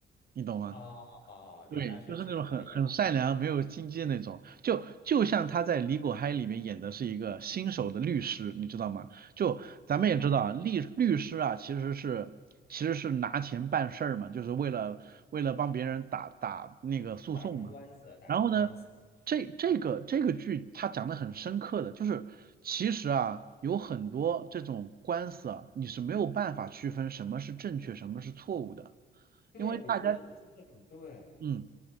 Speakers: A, on the right; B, on the left.
A: 你懂吗？
B: 哦哦，
A: 对，
B: 原来是这样，
A: 就是那种很很善良、没有心机的那种，就就像他在《李果嗨》里面演的是一个新手的律师，你知道吗？就咱们也知道啊，
B: 嗯，
A: 律律师啊，其实是其实是拿钱办事儿嘛，就是为了为了帮别人打打那个诉讼嘛。
B: 打赢官司，打赢官司，
A: 然后呢，这这个这个剧它讲的很深刻的，就是其实啊，有很多这种官司啊，你是没有办法区分什么是正确，什么是错误的，
B: 对，
A: 因为大家
B: 我觉得你说的很对。
A: 嗯，